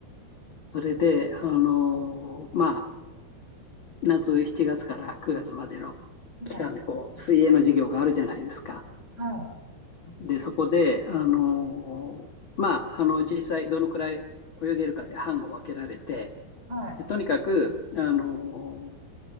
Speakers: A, on the left; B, on the right.
A: それで、あの、ま夏7月から9月までの期間でこう水泳の授業があるじゃないですか。
B: はい、は
A: で、そこで、あのーまあ、あの実際どのくらい泳げるかで班を分けられて、
B: い、はい、
A: とにかく、あのー